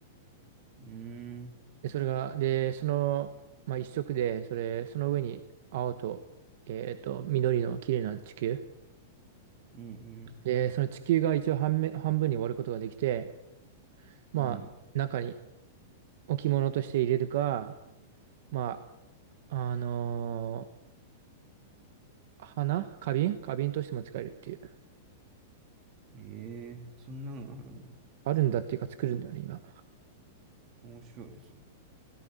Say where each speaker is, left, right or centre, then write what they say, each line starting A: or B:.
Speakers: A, on the right (about 35°); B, on the right (about 60°).
A: うん。
B: で、それが、で、その、まあ、一色で、それ、その上に青と、えっと、緑の綺麗な地球。
A: うん。
B: で、その地球が一応半面、半分に割ることができて、まあ、
A: うん。
B: 中に置物として入れるか、まあ、あのー花花瓶花瓶としても使えるっていう。
A: ええー、そんなのあるんだ。
B: あるんだっていうか作るんだよね、今。
A: 面白いです。